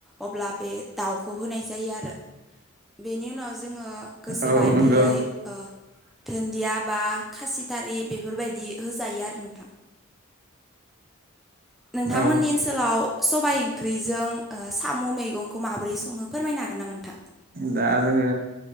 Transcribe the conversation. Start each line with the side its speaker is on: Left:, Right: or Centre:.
Centre: अब्ला बे दाउखौ होनाय जायो आरो बिनि उनाव जों। जोङो गोसो
Right: औ
Centre: बायदियै
Right: नंगौ
Centre: ओ। दुन्दिया बा खासिथारि बेफोरबायदि होजायो आरो नोंथां। नोंथांमोननि
Right: औ
Centre: ओनसोलाव। सबाय ओंख्रिजों साम' मैगंखौ माबोरै सङो फोरमायनो हागोन नामा नोंथां।
Right: दा जोङो